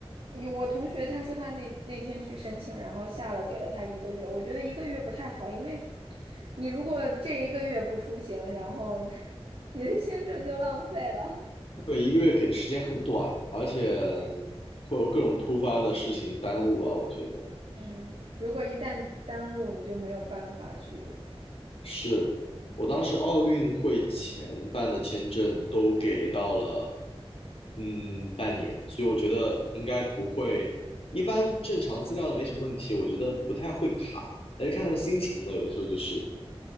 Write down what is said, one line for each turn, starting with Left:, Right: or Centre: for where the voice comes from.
Right: 有我同学他说他那那天去申请，然后下了给了他一个月，我觉得一个月不太好，因为你如果这一个月不出行，然后 <laughs> 你的签证就浪费了。
Left: 对，一个月给的时间很短，而且
Right: 对，
Left: 会有各种突发的事情耽误吧，我觉得。
Right: 嗯，如果一旦耽误，你就没有办法去，
Left: 是我当时奥运会前办的签证都给到了，
Right: 嗯
Left: 嗯，半年，所以我觉得应该不会，一般正常资料都没什么问题，我觉得不太会卡，还是看他们心情了，有的时候就是，